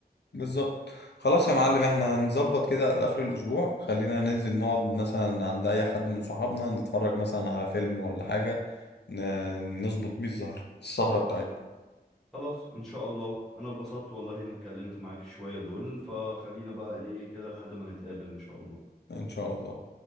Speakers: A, on the left; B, in the centre.
A: بالظبط خلاص يا معلم احنا هنظبط كده لاخر الاسبوع خلينا ننزل نقعد مثلا عند اي حد من صحابنا نتفرج مثلا على فيلم ولا حاجه ن- نظبط بيه الزهر السهره بتاعتنا
B: خلاص إن شاء الله أنا اتبسطت والله إني اتكلمت معاك شوية دول فخلينا بقى إيه كده لحد ما نتقابل إن شاء الله
A: ان شاء الله